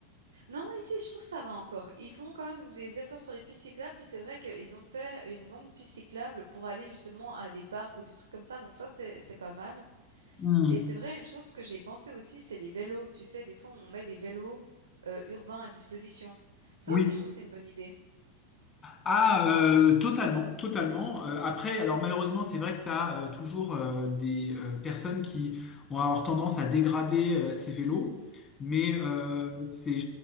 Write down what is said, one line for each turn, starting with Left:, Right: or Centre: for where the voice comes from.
Right: non, ici, je trouve ça va encore. Ils font quand même des efforts sur les pistes cyclables. Puis c'est vrai qu'ils ont fait une longue piste cyclable pour aller justement à des parcs ou des trucs comme ça. Donc ça, c'est, c'est pas mal.
Left: hmm.
Right: Et c'est vrai, une chose que j'ai pensé aussi, c'est les vélos. Tu sais, des fois, on met des vélos euh, urbains à disposition. Ça
Left: Oui.
Right: aussi, je trouve que c'est une bonne idée.
Left: Ah, euh, totalement, totalement. Euh, après, alors malheureusement, c'est vrai que tu as toujours euh, des euh, personnes qui ont avoir tendance à dégrader euh, ces vélos, mais euh,
Right: Ouais.
Left: c'est